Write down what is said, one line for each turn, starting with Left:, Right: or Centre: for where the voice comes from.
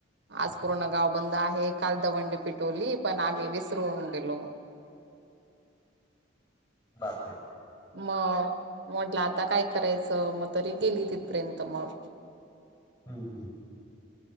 Right: आज पूर्ण गाव बंद आहे काल दवंडी पिटोली पण आम्ही विसरून गेलो
Left: बापे
Right: मग म्हटलं आता काय करायचं मग तरी गेली तिथपर्यंत मग
Left: हम्म हम्म